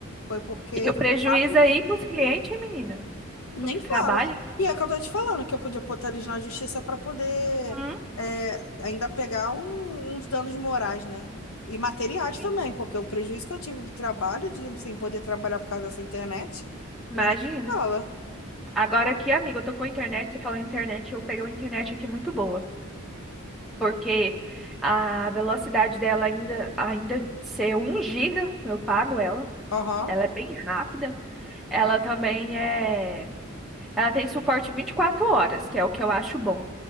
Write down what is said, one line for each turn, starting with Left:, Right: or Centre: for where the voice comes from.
Left: Foi porque eu
Centre: E o prejuízo
Left: fiquei quatro
Centre: aí
Left: dias.
Centre: com os clientes, hein, menina?
Left: Nem
Centre: Tu que
Left: fala.
Centre: trabalha?
Left: E é que eu tô te falando que eu podia botar eles na justiça para poder
Centre: Hum?
Left: é, ainda pegar um- uns danos morais, né? E materiais
Centre: Sim.
Left: também, porque o prejuízo que eu tive do trabalho, de sem poder trabalhar por causa dessa internet,
Centre: Imagina.
Left: não é nem que fala.
Centre: Agora aqui, amiga, eu tô com a internet, você falou em internet, eu peguei uma internet aqui muito boa, porque a velocidade dela ainda ainda ser um giga, eu pago ela.
Left: Aham.
Centre: Ela é bem rápida. Ela também é, ela tem suporte 24 horas, que é o que eu acho bom,